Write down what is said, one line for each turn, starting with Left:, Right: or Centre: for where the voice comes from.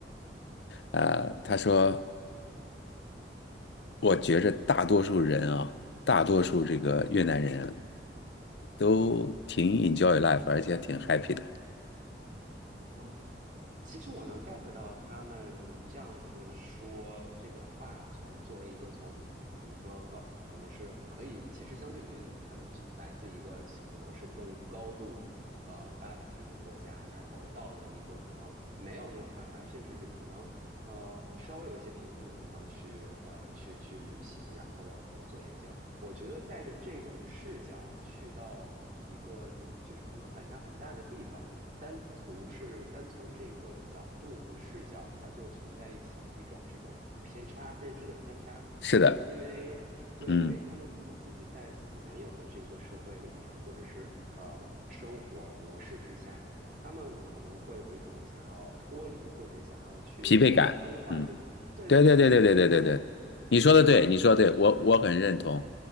Left: 呃，他说，我觉着大多数人啊，大多数这个越南人啊都挺 enjoy life，而且挺 happy 的。
Right: 哦，其实我能 get 到他们这样子说这个话从，作为一个从怎么说高，可能是可以，其实相对于越南，他们从来自一个可能是更高度呃发达的一个国家，然后到了一个可能没有那么发达，甚至是可能呃稍微有一些贫困的地方去呃去去旅行，然后了可能做研究，我觉得带着这种视角去到一个就是可能反差很大的地方。单独是单从这个角度和视角，它就存在一起有一种这种可能偏差，认知的偏差，
Left: 是的，
Right: 因为对，
Left: 嗯，
Right: 因为他们可能自己在自己原有的这个社会里面，或者是呃生活模式之下，他们可能会有一种想要脱离，或者是想要去嗯呃更换的，
Left: 疲惫感，嗯，
Right: 对对对，
Left: 对对对对对对对对，
Right: 所以他们
Left: 你说的对，
Right: 对他们去
Left: 你说的对，我我很认同。